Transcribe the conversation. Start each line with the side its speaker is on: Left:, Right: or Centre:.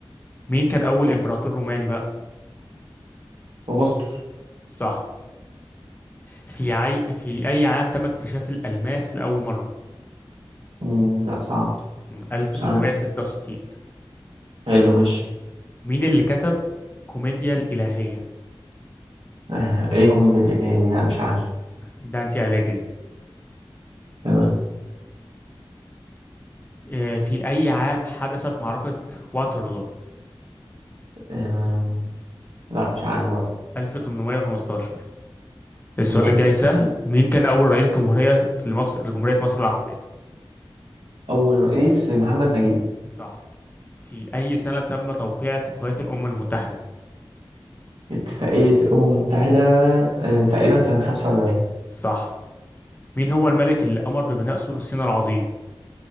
Left: مين كان أول إمبراطور روماني بقى؟
Right: أغسطس
Left: صح في عي... في أي عام تم اكتشاف الألماس لأول مرة؟
Right: مم، لا صعب
Left: م، 1866
Right: مش عارف حلو ماشي
Left: مين اللي كتب كوميديا الإلهية؟
Right: آه، إيه كوميديا الإلهي دي؟ لا مش عارف
Left: دانتي أليجري
Right: تمام
Left: آه، في أي عام حدثت معركة واترلو؟
Right: آه، لا مش عارف برضه
Left: 1815 السؤال
Right: تمام
Left: الجاي سهل مين كان أول رئيس جمهورية في مصر لجمهورية مصر العربية؟
Right: أول رئيس محمد نجيب
Left: صح في أي سنة تم توقيع اتفاقية الأمم المتحدة؟
Right: اتفاقية الأمم المتحدة آه، تقريبا سنة 45
Left: صح مين هو الملك اللي أمر ببناء سور الصين العظيم؟